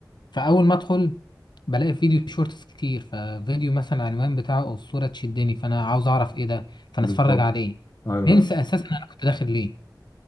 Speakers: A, on the left; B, on the left.
A: فاول ما ادخل بلاقي فيديو شورتس كتير ففيديو مثلا العنوان بتاعه او الصورة تشدني فانا عاوز اعرف ايه ده فانا
B: بالظبط
A: اتفرج عليه
B: ايوه
A: ننسى
B: ايوه
A: اساسا انا كنت داخل ليه